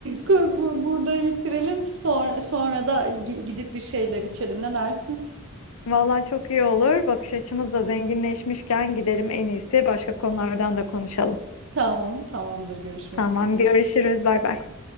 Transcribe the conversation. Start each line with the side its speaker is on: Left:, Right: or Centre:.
Right: Ko- bu- Burada bitirelim. Sonra, sonra da gi- gidip bir şeyler içelim. Ne dersin?
Left: Vallahi çok iyi olur. Bakış açımız da zenginleşmişken gidelim en iyisi başka konulardan da konuşalım.
Right: Tamam, tamamdır. Görüşmek
Left: Tamam,
Right: üzere.
Left: görüşürüz. Bay bay.